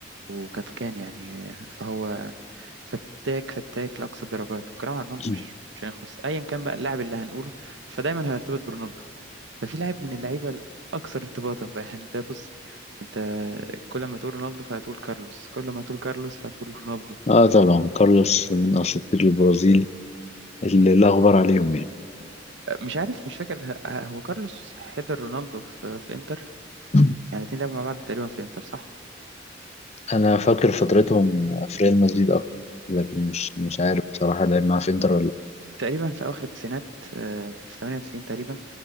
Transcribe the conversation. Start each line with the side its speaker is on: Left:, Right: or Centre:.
Right: وكانت كان يعني فهو فتاك فتاك لأقصى الدرجات والكلام على رونالدو
Left: <clears throat>
Right: مش مش هيخلص أيا كان بقى اللاعب اللي هنقوله فدايما هيرتبط برونالدو ففي لاعب من اللعيبة الأكثر ارتباطا بقى يعني ده بص أنت كل ما تقول رونالدو فهتقول كارلوس كل ما تقول كارلوس فهتقول رونالدو
Left: اه طبعا كارلوس من أساطير البرازيل اللي لا غبار عليهم يعني
Right: مش عارف مش فاكر ه- هو كارلوس حضر رونالدو في في إنتر
Left: <clears throat>
Right: يعني الاتنين لعبوا مع بعض تقريبا في إنتر صح؟
Left: انا فاكر فترتهم في ريال مدريد اكتر لكن مش مش عارف بصراحه لعب معاه في انتر ولا لا
Right: تقريبا في أواخر التسعينات آه، في 98 تقريبا